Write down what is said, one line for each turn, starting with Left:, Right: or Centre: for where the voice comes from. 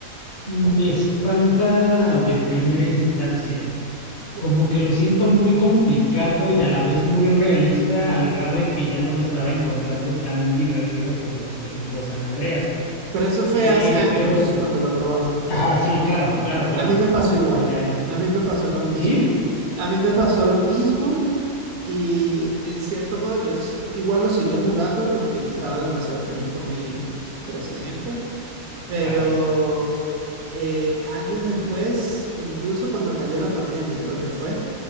Left: Me espanta de primera instancia,
Right: Po-
Left: como que lo siento muy complicado y a la vez muy realista al grado en que ya no lo estaba encontrando tan divertido como por ejemplo San Andreas.
Right: Pero eso fue
Left: Eh,
Right: hace años
Left: pero,
Right: cuando lo probaste.
Left: ajá, sí, claro, claro, claro.
Right: A mí me pasó igual.
Left: O sea, ya, ya-
Right: A mí me pasó lo mismo.
Left: ¿sí?
Right: A mí me pasó lo mismo y en cierto modo yo s- igual lo seguía jugando porque yo estaba demasiado feliz con mi trescientos sesenta. Pero
Left: Ajá,
Right: eh, años después, incluso cuando cayó la pandemia, creo que fue,